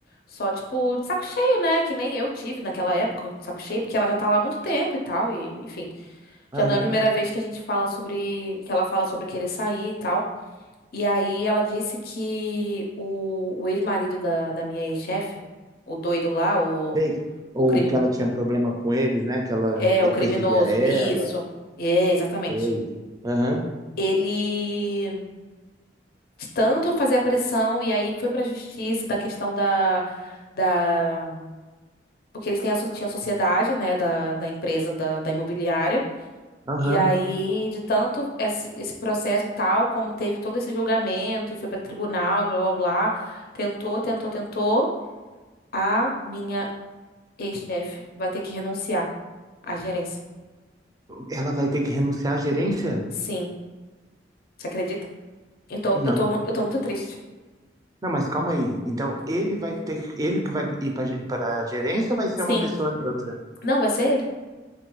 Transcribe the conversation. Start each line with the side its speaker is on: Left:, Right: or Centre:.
Left: só, tipo, de saco cheio, né, que nem eu tive naquela época, de saco cheio, porque ela já tá lá há muito tempo e tal, e, enfim,
Right: Aham.
Left: já não é a primeira vez que a gente fala sobre, que ela fala sobre querer sair e tal. E aí ela disse que o, o ex-marido da, da minha ex-chefe, o doido lá, o,
Right: Sei. Ou
Left: o crime,
Right: que ela tinha problema com eles, né? Que ela,
Left: é,
Right: ele
Left: o criminoso,
Right: perseguia ela.
Left: isso, é, exatamente.
Right: Sei. Aham.
Left: ele tanto fazia pressão e aí foi pra justiça da questão da, da porque eles têm a, so- tinha a sociedade, né, da, da empresa da, da imobiliária.
Right: Aham.
Left: E aí, de tanto esse, esse processo e tal, como teve todo esse julgamento e foi pra tribunal, blá blá blá, tentou, tentou, tentou, a minha ex-chefe vai ter que renunciar à gerência.
Right: Ela vai ter que renunciar à gerência?
Left: Sim, você acredita? Eu tô,
Right: Não.
Left: eu tô, mu- eu tô muito triste.
Right: Não, mas calma aí. Então, ele vai ter, que- ele que vai ir para a gerência ou vai ser
Left: Sim.
Right: uma pessoa neutra?
Left: Não, vai ser ele.